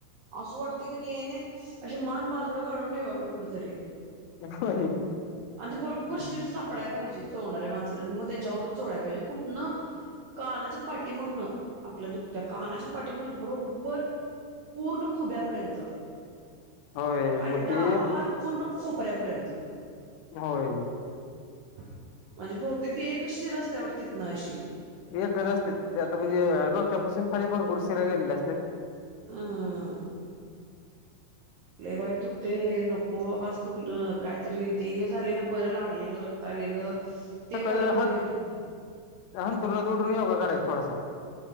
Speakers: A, on the right; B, on the left.
A: असं वाटतय कीनै अशी मान बाजूला काढून ठेवावी कुठेतरी.
B: होय
A: आणि ते बरोब्बर
B: हम्म
A: शिर सापडाया पाहिजे. चोळणाऱ्या माणसाला मग त्याच्यावरून चोळायला पाहिजे कुठनं? कानाच्या पाटी मागनं. आपल्या दुखत्या कानाच्या पाठी मला बरोब्बर पूर्ण खुब्यापर्यंत,
B: होय
A: आणि
B: मग ते
A: डावा हात पूर्ण खोप पऱ्यापर्यंत
B: होय.
A: म्हणजे बहुतेक ती एकच शिर अस्ते वाट तिथनं अशी.
B: एकच असते ते आता म्हणजे अ डोक्यापासून खाली भरपूर शिरा गेलेल्या असत्यात.
A: हम्म लई वाईट दुखते नको बाबा आस दुखणं कायतरी ते हे झालेलं बरं लागलेलं, रक्त आलेलं. ते
B: सकाळी
A: बरं खरं
B: हत
A: हे दुखलं
B: हंत्रूणात उठुन योगा करायच थोडासा.